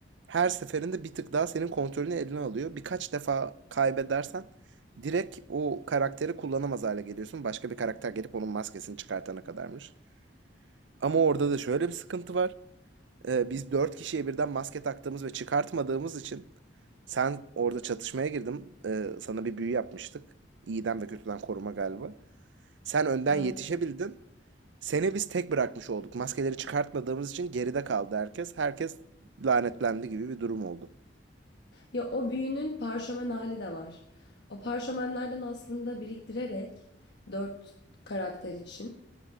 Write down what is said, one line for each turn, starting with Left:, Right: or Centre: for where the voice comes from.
Right: her seferinde bir tık daha senin kontrolünü eline alıyor. Birkaç defa kaybedersen direkt o karakteri kullanamaz hale geliyorsun. Başka bir karakter gelip onun maskesini çıkartana kadarmış. Ama orada da şöyle bir sıkıntı var. Ee, biz dört kişiye birden maske taktığımız ve çıkartmadığımız için sen orada çatışmaya girdim. Ee, sana bir büyü yapmıştık. İyiden ve kötüden koruma galiba. Sen önden
Left: Aynen.
Right: yetişebildin. Seni biz tek bırakmış olduk. Maskeleri çıkartmadığımız için geride kaldı herkes. Herkes lanetlendi gibi bir durum oldu.
Left: Ya o büyünün parşömen hali de var. O parşömenlerden aslında biriktirerek dört karakter için.